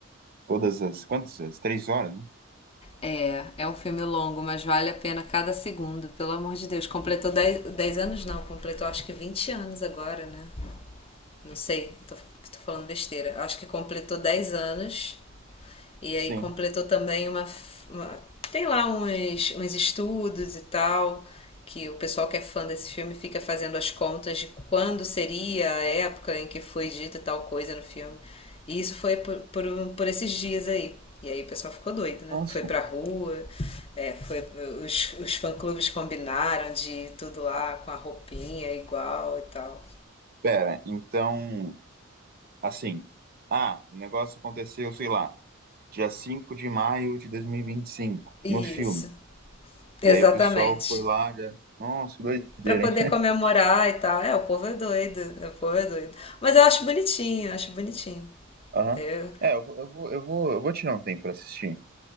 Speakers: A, on the right (about 45°); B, on the left (about 25°).
A: todas as, quantas? As três horas, né?
B: É, é um filme longo, mas vale a pena cada segundo, pelo amor de Deus. Completou 10 10 anos, não, completou acho que 20 anos agora, né? Não sei, tô, tô falando besteira. Acho que completou dez anos E
A: Sim.
B: aí completou também uma. uma- tem lá uns, uns estudos e tal, que o pessoal que é fã desse filme fica fazendo as contas de quando seria a época em que foi dita tal coisa no filme. E isso foi por, por, um- por esses dias aí. E aí o pessoal ficou doido, né?
A: Nossa.
B: Foi pra rua, é, foi, os, os fã-clubes combinaram de ir tudo lá com a roupinha igual e tal.
A: Pera, então, assim, ah, o negócio aconteceu, sei lá, dia 5 de maio de dois mil e e vinte e cinco
B: Isso,
A: no filme.
B: exatamente.
A: E aí o pessoal foi lá, já... nossa, que doideira,
B: Pra poder
A: hein?
B: comemorar e tal. É, o povo é doido, é, o povo é doido. Mas eu acho bonitinho, eu acho bonitinho.
A: <laughs> Aham.
B: Eu...
A: É, eu, vou- eu vou, eu vou, eu vou tirar um tempo pra assistir.